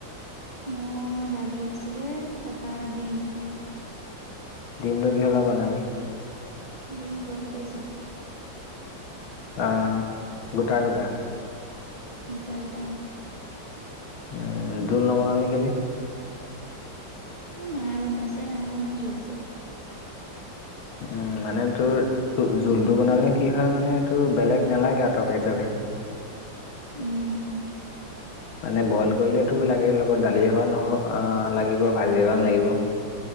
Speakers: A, on the right; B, on the left.
A: মোৰ দালি আছিলে তাৰপৰা দিম সেয়াই।
B: ডিমটো কিহ'ৰ লগত বনালি?
A: ডিম বইল কৰিছিলে।
B: অ গোটা গোটা।
A: গোট গোটা অ।
B: উম জোল নবনালি কেলে?
A: মায়ে বনাইছে নায় বনোৱা জোল চোল।
B: উম মানে তোৰ জোলটো বনালে কি হয় মানে তোৰ বেলেগ নালাগে আৰু তৰকাৰী চৰকাৰী।
A: উম।
B: মানে বইল কৰিলেতো লাগে লগত দালি অকণ লাগিব, ভাজি অকমান লাগিব।